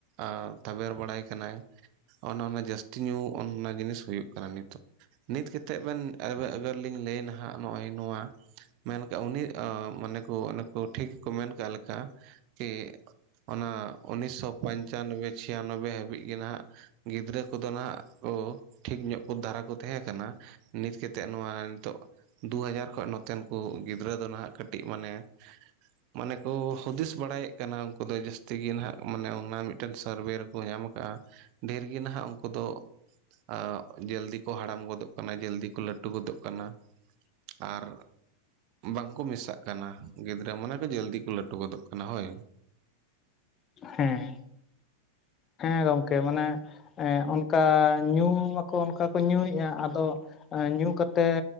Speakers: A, on the right (about 45°); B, on the left (about 25°).
A: ᱟᱨ ᱛᱟᱵᱮᱨ ᱵᱟᱲᱟᱭ ᱠᱟᱱᱟᱭ ᱚᱱᱮ ᱚᱱᱟ ᱡᱟᱹᱥᱛᱤ ᱧᱩ ᱚᱱᱟ ᱡᱤᱱᱤᱥ ᱦᱩᱭᱩᱜ ᱠᱟᱱᱟ ᱱᱤᱛᱚᱜ᱾ ᱱᱤᱛ ᱠᱟᱛᱮᱫ ᱵᱮᱱ <unintelligible> ᱞᱤᱧ ᱞᱟᱹᱭ ᱟ ᱦᱟᱸᱜ ᱱᱚᱜᱼᱚᱭ ᱱᱚᱣᱟ, ᱢᱮᱱ ᱠᱟᱜ ᱩᱱᱤ ᱢᱟᱱᱮ ᱠᱚ ᱚᱱᱟ ᱠᱚ ᱴᱷᱤᱠ ᱜᱮ ᱠᱚ ᱢᱮᱱ ᱠᱟᱜ ᱞᱮᱠᱟ ᱪᱮ, ᱚᱱᱟ ᱩᱱᱤᱥᱥᱚ ᱯᱚᱱᱪᱟᱱᱳᱵᱳᱭ ᱪᱷᱤᱭᱟᱱᱳᱵᱳᱭ ᱦᱟ. ᱵᱤᱡ, ᱜᱮ ᱱᱟᱦ ᱜᱤᱫᱽᱨᱟᱹ ᱠᱚᱫᱚ ᱱᱟᱦᱟᱜ ᱠᱚ ᱴᱷᱤᱠ ᱧᱚᱜ ᱠᱚ ᱫᱟᱨᱟ ᱠᱚ ᱛᱟᱦᱮᱸ ᱠᱟᱱᱟ᱾ ᱱᱤᱛ ᱠᱟᱛᱮᱜ ᱱᱚᱣᱟ ᱱᱤᱛᱚᱜ, ᱫᱩ ᱦᱟᱡᱟᱨ ᱠᱷᱚᱡ ᱱᱚᱛᱮᱱ ᱠᱚ ᱜᱤᱫᱽᱨᱟᱹ ᱫᱚ ᱱᱟᱦᱟᱜ ᱠᱟᱹᱴᱤᱡ ᱢᱟᱱᱮ, ᱢᱟᱱᱮ ᱠᱚ ᱦᱩᱫᱤᱥ ᱵᱟᱲᱟᱭᱮᱫ ᱠᱟᱱᱟ ᱩᱱᱠᱩ ᱫᱚ ᱡᱟᱹᱥᱛᱤ ᱜᱮ ᱱᱟᱦᱟᱜ ᱢᱟᱱᱮ ᱚᱱᱟ ᱢᱤᱫᱴᱮᱱ ᱥᱟᱨᱵᱷᱮ ᱨᱮᱠᱚ ᱧᱟᱢ ᱠᱟᱜᱼᱟ ᱰᱷᱮᱨ ᱜᱮ ᱱᱟᱦᱟᱜ ᱩᱱᱠᱩ ᱫᱚ ᱟᱜ ᱡᱟ. ᱞᱫᱤ ᱠᱚ ᱦᱟᱲᱟᱢ ᱜᱚᱫᱚᱜ ᱠᱟᱱᱟ ᱡᱟ. ᱞᱫᱤ ᱠᱚ ᱞᱟᱹᱴᱩ ᱜᱚᱫᱚᱜ ᱠᱟᱱᱟ᱾ ᱟᱨᱼᱼ ᱵᱟᱝᱼᱠᱚ ᱢᱮᱥᱟᱜ ᱠᱟᱱᱟ ᱜᱤᱫᱽᱨᱟᱹ ᱢᱟᱱᱮ ᱠᱚ ᱡᱟᱞᱫᱤ ᱠᱚ ᱞᱟᱹᱴᱩ ᱜᱚᱫᱚᱜ ᱠᱟᱱᱟ ᱦᱳᱭ
B: <inaudible> ᱦᱮᱸ ᱦᱮᱸ ᱜᱚᱝᱼᱠᱮ ᱢᱟᱱᱮ ᱮ ᱚᱱᱠᱟ ᱧᱩ ᱢᱟᱠᱚ ᱚᱱᱠᱟ ᱠᱚ ᱧᱩᱭᱮᱫᱼᱟ ᱟᱫᱚ ᱮ ᱧᱩ ᱠᱟᱛᱮᱜ